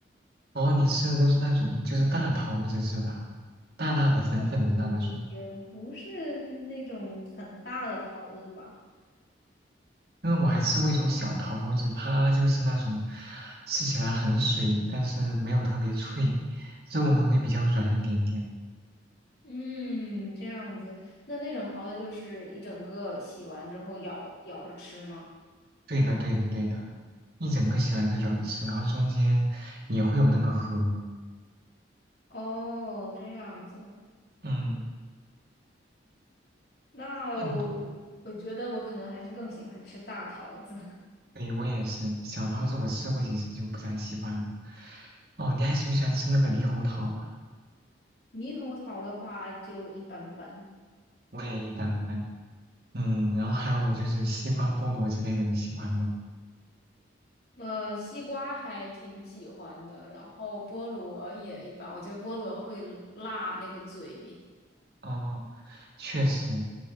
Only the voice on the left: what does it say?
嗯，也不是那种很大的桃子吧。
嗯，这样子，那那种桃子就是一整个洗完之后咬咬着吃吗？
哦，这样子，
那
我，觉得我可能还是更喜欢吃大桃子，
猕猴桃的话就一般般。
呃，西瓜还挺喜欢的，然后菠萝也一般，我觉得菠萝会辣那个嘴。